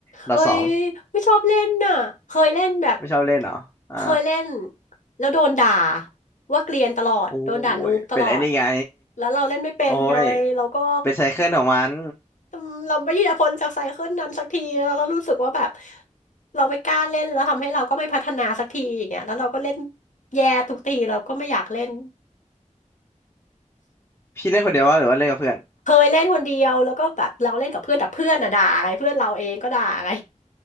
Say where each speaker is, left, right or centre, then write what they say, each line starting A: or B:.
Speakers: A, on the left; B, on the left.
A: ดอทสอง
B: เอ้ยไม่ชอบเล่นน่ะเคยเล่นแบบ
A: ไม่ชอบเล่นเหรออ่า
B: เคยเล่นแล้วโดนด่าว่าเกลียนตลอดโดนด่านูบตลอด
A: โอ้ยเป็นไอ้นี่ไง
B: แล้วเราเล่นไม่เป็นไงเราก็
A: โอ้ยเป็นไซเคิลของมัน
B: อืมเราไม่ยืดพ้นจากไซเคิลนั้นสักทีแล้วเรารู้สึกว่าแบบเราไม่กล้าเล่นแล้วทำให้เราก็ไม่พัฒนาสักทีอย่างเงี้ยแล้วเราก็เล่นแย่ทุกทีเราก็ไม่อยากเล่น
A: พี่เล่นคนเดียวว่าหรือว่าเล่นกับเพื่อน
B: เคยเล่นคนเดียวแล้วก็แบบเราเล่นกับเพื่อนแต่เพื่อนอะด่าไงเพื่อนเราเองก็ด่าไง